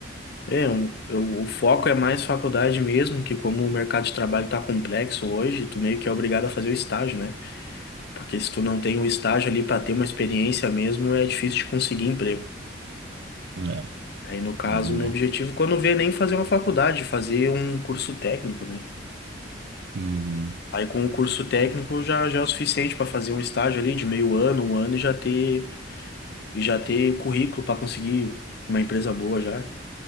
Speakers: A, on the left; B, on the right.
A: É, um- eu- o foco é mais faculdade mesmo, que como o mercado de trabalho está complexo hoje, tu meio que é obrigado a fazer o estágio, né? Porque se tu não tem o estágio ali para ter uma experiência mesmo, é difícil de conseguir emprego.
B: É,
A: Aí, no caso,
B: na verdade.
A: o meu objetivo, quando vê, é nem fazer uma faculdade, fazer um curso técnico, né?
B: Uhum.
A: Aí, com o curso técnico, já, já é o suficiente para fazer um estágio ali de meio ano, um ano, e já ter, e já ter currículo para conseguir uma empresa boa já.